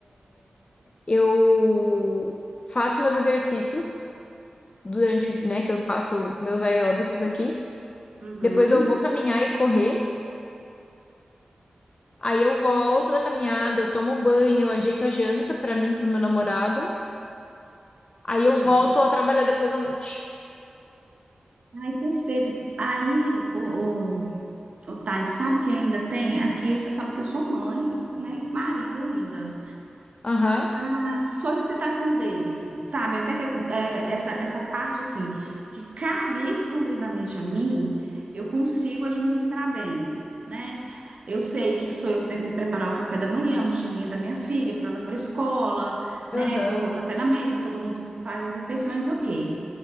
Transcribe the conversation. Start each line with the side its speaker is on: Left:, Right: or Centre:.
Left: Eu faço meus exercícios, durante, né, que eu faço meus aeróbicos aqui.
Right: Uhum.
Left: Depois eu vou caminhar e correr. Aí eu volto da caminhada, eu tomo banho, eu ajeito a janta pra mim, e pro meu namorado. Aí
Right: Entendi.
Left: eu volto a trabalhar depois à noite.
Right: Ai, perfeito. Aí, o, o, o Thais, sabe que ainda tem? Aqui você sabe que eu sou mãe, né? E marido ainda.
Left: Aham,
Right: a solicitação deles, sabe? Até que é, essa, essa parte, assim, que cabe exclusivamente a mim, eu consigo administrar bem, né? Eu sei que sou eu que tenho que preparar o café da manhã, a mochilinha da minha filha, para ela para a escola, né?
Left: aham,
Right: Colocar o café na mesa, todo mundo faz as refeições, ok.